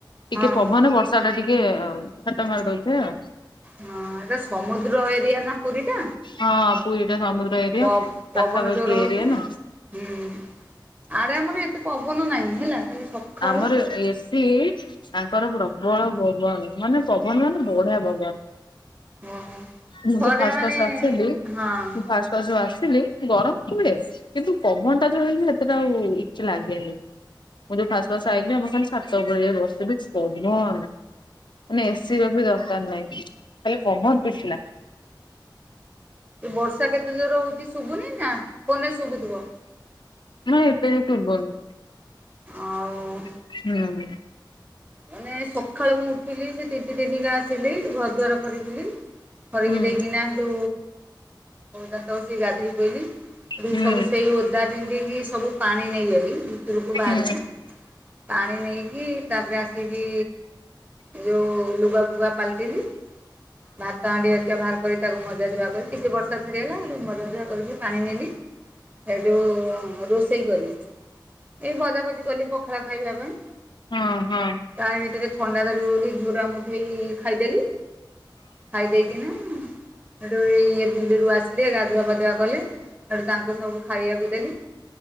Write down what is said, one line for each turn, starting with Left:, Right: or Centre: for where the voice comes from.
Left: ଟିକେ
Right: ହଁ
Left: ପବନ ବର୍ଷ <unintelligible> ଟିକେ ହାଟ ମାରିଦେଉଥିବେ ଆଉ।
Right: ହଁ ଏଟା ସମୁଦ୍ର ଏରିଆ ନା ପୁରୀ ଟା
Left: ହଁ ପୁରୀ ଟା ସମୁଦ୍ର ଏରିଆ।
Right: ପ ପବନ
Left: ପାଖାପାଖି
Right: ଜୋରେ ହଉଛି,
Left: ଏରିଆ ନା
Right: ହୁଁ। ଆଡେ଼ ଆମର ଏତେ ପବନ ନାହିଁ ହେଲା ଖାଲି ସକାଳୁ
Left: ଆମର ଏ ଟି ତାଙ୍କର ପ୍ରବଳ ପବନ ମାନେ ପବନ ମାନେ ବଢିଆ ପବନ।
Right: ଓହୋ।
Left: ମୁଁ
Right: ଖରା
Left: ଯଉ ଫାଷ୍ଟ
Right: ମାନେ
Left: ଫାଷ୍ଟ ଆସିଲି ମୁଁ
Right: ହଁ ଆଁ
Left: ଫାଷ୍ଟ ତ ଯୋଉ ଆସିଲି ଗରମ କୁ ହୁଏ କିନ୍ତୁ ପବନ ଟା ଯୋଉ ହେଇଚି ସେତେଟା ଆଉେ ଏତେ ଲାଗେନି। ଫାସ୍ ଫାସ୍ ଆଇଲିି ଆମ ଖାଲି ଛାତ ଉପରେ ଯାଇ ବସିଥଲି କି ପବନ ମାନେ ଏସିି ର ବି ଦସ କାର ନାଇଁ ଖାଲି ପବନ ପିଟିଥିଲା।
Right: ଏ ବର୍ଷା କେତେ ଜୋର ହଉଛି ଶୁଭୁନିନା ଫୋନରେ ଶୁଭୁଥିବ।
Left: ନାଁ ଏବେ <unintelligible>
Right: ଆଉ
Left: ହୁଁ।
Right: ମାନେ ସକାଳେୁ ମୁଁ ଉଠିଲି ସେ ତିନ୍ତି ତିନ୍ତିକା ଆସିଲି ଘର ଦୁଆାର ଖରକିଲି। ଖରିକି
Left: ହୁଁ
Right: ଦେଇକିନା ସେଇଠୁ ଦାନ୍ତ ଘଷିକି ଗାଧେଇ ପଇଲି।
Left: ହୁଁ
Right: ସବୁ ସେଇ ଓଦା ପିନ୍ଧିକି ସବୁ ପାଣି ନେଇଗଲି। ଭିତରକୁ ବାହାରକୁ
Left: ହୁଁ।
Right: ପାଣି ନେଇକି ତାପରେ ଆ କି ବି ଯେଉଁ ଲୁଗା ଫୁଗା ପାଲଟିଲିି। ଭାତ ହାଣ୍ଡି ଧରିକା ବାହାର କରି ତାକୁ ମଜା ଧୂଆ କରି ଟିକିଏ ବର୍ଷା ଛାଡିଗଲା ମଜା ଧୂଆ କରି ପାଣି ନେଲି ହେଠୁ ରୋଷେଇ କଲି। ଏଇ ଭଜା ଭଜି କଲି ପଖାଳ ଖାଇବା ପାଇଁ।
Left: ହଁ ହଁ।
Right: ତା ଭିତରେ ଥଣ୍ଡା ଧରିବ ବୋଲି ଝୁରା ମୁଠେଇ ଖାଇଦେଲି। ଖାଇ ଦେଇେଇକିନା ସେଠୁଇ ଇ ବିଲ୍ଲୀରୁୁ ଆସିଲେ ଗାଧୁଆ ପାାଧୁଆ କଲେ। ହେଠୁ ତାଙ୍କୁ ସବୁ ଖାଇବାକୁ ଦେଲି।